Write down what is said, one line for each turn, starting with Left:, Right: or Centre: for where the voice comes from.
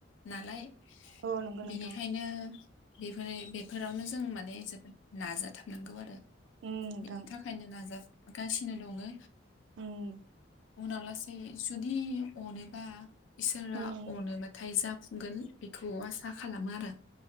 Left: नालाय
Right: औ नंगौ नोंथां
Left: बेनिखायनो बे <unintelligible> फ्राय बेफोरावनो जों माने जोबोद नाजाथाब नोंगौ आरो
Right: उम नोंथां
Left: बेनि थाखायनो नाजागासिनो दङो।
Right: उम
Left: उनाव लासेै जुदि अनोबा इसोरा
Right: उम
Left: अनोबाथाय जाफुंगोन बेखौ आसा खालाम मारो